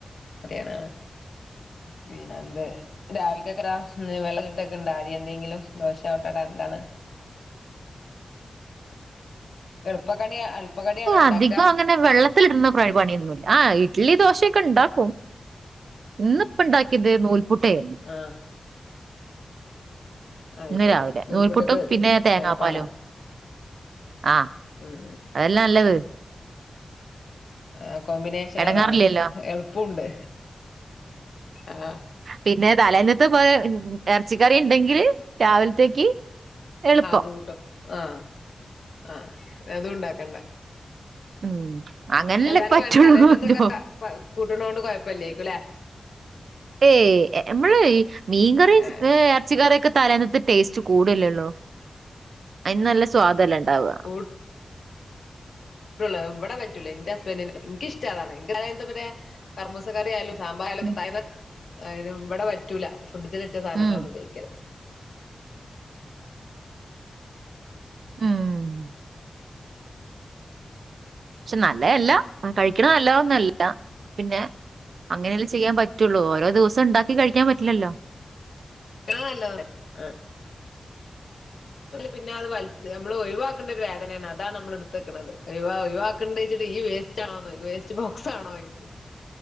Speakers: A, on the left; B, on the right.
A: മടിയാണ് പിന്നെന്ത് രാവിലക്കേക്കെടാ ഇന്ന് വെള്ളത്തിൽ ഇട്ട് വെക്കുണ്ടാ അരി എന്തെങ്കിലും ദോശയോ ഓട്ടെടാ എന്താണ് എളുപ്പക്കണി എളുപ്പ കടിയാണോ ഉണ്ടാക്കുക
B: അധികം അങ്ങനെ ഇവിടെ വെള്ളത്തിലിടുന്ന പണിയൊന്നുല്ല ആ ഇഡ്ലി ദോശയൊക്കെ ഉണ്ടാക്കും ഇന്നിപ്പൊ ഉണ്ടാക്കിയത് നൂൽപുട്ട് ആയിരുന്നു
A: ആഹ് അത്
B: ഇന്ന്
A: ശരി
B: രാവിലെ
A: നൂൽപ്പുട്ടക്ക്
B: നൂൽപുട്ടും പിന്നെ തേങ്ങാപ്പാലും
A: തേങ്ങാപ്പാലോ
B: ആഹ്
A: ഉം
B: അതല്ലെ നല്ലത്
A: ആഹ് കോമ്പിനേഷൻ
B: എടങ്ങേറില്ലല്ലോ
A: അതാണ് എളുപ്പുണ്ട് ആഹ്
B: പിന്നെ തലേന്നത്തെ കുറേ എറച്ചിക്കറി ഉണ്ടെങ്കില് രാവിലത്തേക്ക് എളുപ്പം
A: ആഹ് അത് കൂട്ടും ആ ആ അതും ഉണ്ടാക്കണ്ട
B: ഉം അങ്ങനെല്ലെ
A: എല്ലാർക്കും
B: പറ്റൂള്ളൂല്ലോ
A: അങ്ങനെ തലേന്നത്തൊക്കെ കൂട്ടണോണ്ട് കൊഴപ്പം ഇല്ലാരിക്കുമല്ലേ
B: ഏയ് നമ്മള് മീൻകറി
A: ആഹ്
B: ഏ
A: ശരി
B: എ റച്ചി കറിയൊക്കെ തലേന്നത്തെ ടേസ്റ്റ് കൂടവല്ലേ ഉള്ളൂ അതിന് നല്ല സ്വാദല്ലെ ഉണ്ടാവാ
A: കൂ ടൂള്ളൂ ഇവിടെ പറ്റൂല എന്റെ ഹസ്ബൻഡിന് എനിക്കിഷ്ടം അതാണ് <unintelligible> കർമൂസ കറി ആയാലും സാമ്പാറായാലൊക്കെ
B: ഉം
A: തലേ അ ഇവിടെ പറ്റൂല ഫ്രിഡ്ജിൽ വെച്ച സാധനങ്ങളൊന്നും
B: ഉം
A: ഉപയോഗിക്കല്
B: ഉം പക്ഷെ നല്ലതല്ല അങ്ങനെ കഴിക്കണ നല്ലതൊന്നുമല്ല പിന്നെ അങ്ങനല്ലേ ചെയ്യാൻ പറ്റൂള്ളൂ ഓരോ ദിവസവും ഉണ്ടാക്കി കഴിക്കാൻ പറ്റില്ലല്ലോ
A: അതാ നല്ലത് ആഹ് പിന്നെ അത് വല നമ്മള് ഒഴിവാക്കേണ്ട ഒരു വേദനയാണ് അതാണ് നമ്മൾ എടുത്ത്‌ വക്കണത് ഒഴിവാ ഒഴിവാക്കിണ്ട് വെച്ചിട്ട് ഈ വേ സ്റ്റാണോ അത് വേസ്റ്റ് ബോക്സ് ആണോ ചോദിക്കും